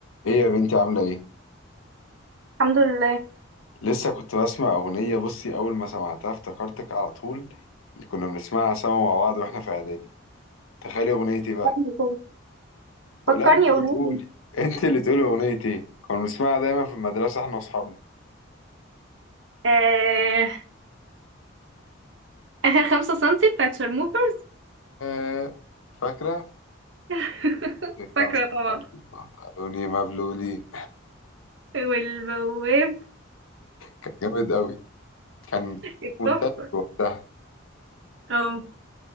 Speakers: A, on the left; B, on the right.
A: ايه يا بنتي عاملة ايه؟
B: الحمد لله
A: لسه كنت بسمع أغنية بصي أول ما سمعتها افتكرتك على طول اللي كنا بنسمعها سوا مع بعض واحنا في إعدادي تخيلي أغنية ايه بقى؟
B: فكرني كده. فكرني
A: لا انت اللي
B: اقول
A: تقولي
B: لك
A: <laughs> انت اللي تقولي أغنية ايه؟ كنا بنسمعها دايما في المدرسة احنا وأصحابنا
B: آه آخر خمسة سنتي بتاعت شرموفرز
A: يا فاكرة؟
B: <laughs>
A: الخمسة
B: فاكرة طبعا
A: سنتي بنطلوني مبلولي
B: والبواب
A: كان جامد أوي كان
B: التحفة
A: منتشر وقتها
B: اه